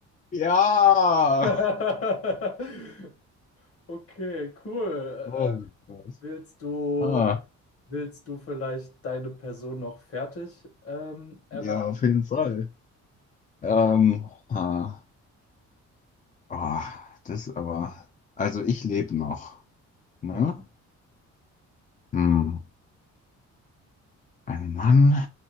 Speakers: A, on the left; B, on the left.
A: Ja.
B: <laughs> Okay, cool. Äh,
A: Oh mein Gott.
B: willst du,
A: Ah,
B: willst du vielleicht deine Person noch fertig ähm, erraten?
A: ja, auf jeden Fall. Ähm, ah, oh, das aber. Also ich lebe noch. Ne?
B: Mhm.
A: Hm. Ein Mann.